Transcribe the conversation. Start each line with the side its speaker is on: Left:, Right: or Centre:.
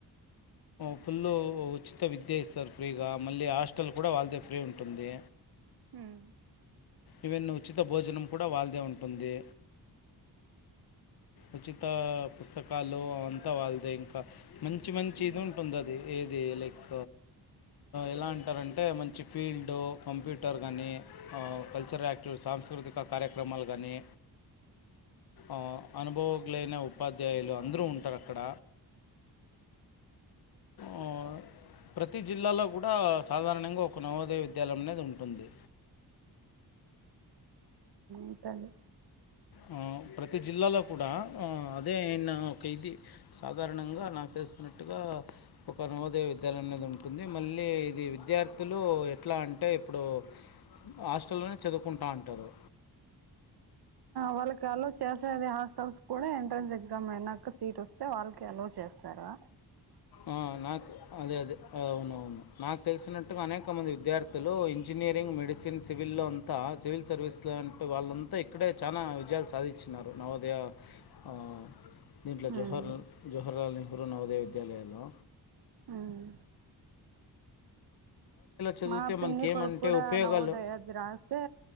Left: ఫుల్ ఉచిత విద్య ఇస్తారు ఫ్రీగా మళ్ళీ హాస్టల్ కూడా వాళ్ళదే ఫ్రీ ఉంటుంది
Right: ఉమ్
Left: ఇవన్నీ ఉచిత భోజనం కూడా వాళ్ళదే ఉంటుంది ఉచిత పుస్తకాలు అ అంతా వాళ్ళదే ఇంకా మంచి మంచి
Right: ఉమ్
Left: ఇది ఉంటుంది అది ఏది లైక్ ఎలా అంటారంటే మంచి ఫీల్డ్ కంప్యూటర్ గానీ కల్చరల్ యాక్టివి సాంస్కృతిక కార్యక్రమాలు గానీ ఉ అనుభవజ్ఞులైన ఉపాధ్యాయులు అందరూ ఉంటరు అక్కడ ఉ ప్రతి జిల్లాలో కూడా సాధారణంగా ఒక నవోదయ విద్యాలయం అనేది ఉంటుంది
Right: ఉంటాలి
Left: ఉ ప్రతి జిల్లాలో కూడా అదేనా ఒక ఇది సాధారణంగా నాకు తెలిసినట్టుగా ఒక నవోదయ విద్యాలయం అనేది ఉంటుంది మళ్ళీ ఇది విద్యార్థులు ఎట్లా అంటే ఇప్పుడు హాస్టల్లోనే చదువుకుంటా అంటరు
Right: వాళ్ళకి అలోవ్ చేసేది హాస్టల్స్ కూడా ఎంట్రెన్స్ ఎగ్జామ్ అయినాక సీట్ వస్తే వాళ్ళకి అలో చేస్తారా
Left: ఆ నాకు అదే అదే అవునవును నాకు తెలిసినట్టుగా అనేక మంది విద్యార్థులు ఇంజనీరింగ్ మెడిసిన్ సివిల్లో అంతా సివిల్ సర్వీస్ లాంటి వాళ్ళంతా ఇక్కడే చానా విజయాలు సాధించినారు నవోదయ ఉ దీంట్లో జహర్లు
Right: ఉమ్
Left: జహర్లాల్ నెహ్రూ నవోదయ తెలెను
Right: ఉమ్
Left: చదివితే
Right: మా పిన్ని
Left: మనకి ఏమంటే
Right: కొడుకు కూడా
Left: ఉపయోగాలు
Right: నవోదయ ది రాసే